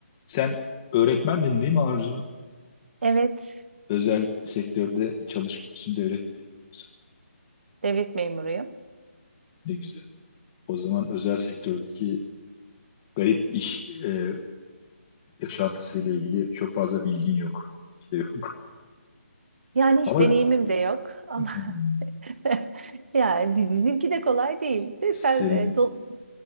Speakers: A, on the left; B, on the right.
A: Sen öğretmendin değil mi Arzu?
B: Evet,
A: Özel sektörde çalışmıyorsun devlet öğretmeniyorsun.
B: devlet memuruyum.
A: Ne güzel. O zaman özel sektördeki garip iş e, yaşantısıyla ilgili çok fazla bilgin yok. İşte yok. <laughs>
B: Yani hiç
A: Ama
B: deneyimim de yok ama
A: hmm,
B: <laughs> yani biz bizimki de kolay değil. De
A: senin
B: sen e, do-